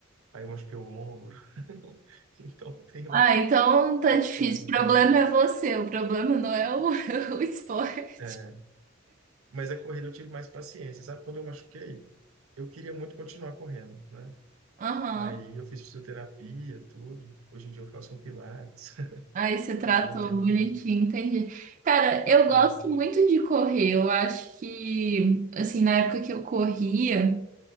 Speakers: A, on the right; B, on the right.
A: aí eu machuquei o ombro. <laughs> Então, tenho
B: Ah, então tá
A: histórias
B: difícil. O problema
A: aí.
B: é você, o problema não é o, <laughs> o esporte.
A: É, mas a corrida eu tive mais paciência, sabe? Quando eu machuquei, eu queria muito continuar correndo, né?
B: Aham,
A: Aí eu fiz fisioterapia, tudo. Hoje em dia eu faço um pilates. <laughs>
B: Aí você tratou
A: Aí eu tento.
B: bonitinho, entendi. Cara, eu gosto
A: Ah,
B: muito de correr. Eu acho que, assim, na época que eu corria,